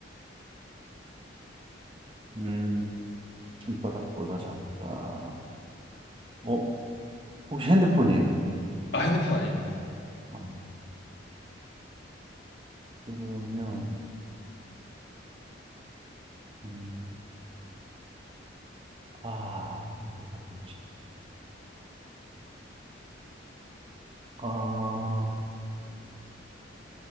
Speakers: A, on the right; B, on the left.
A: 음, 손바닥보다 작다. 어, 혹시 핸드폰이에요?
B: 아, 핸드폰 아닙니다.
A: 어, 그러면, 음, 아, 손바닥보다 작다. 아,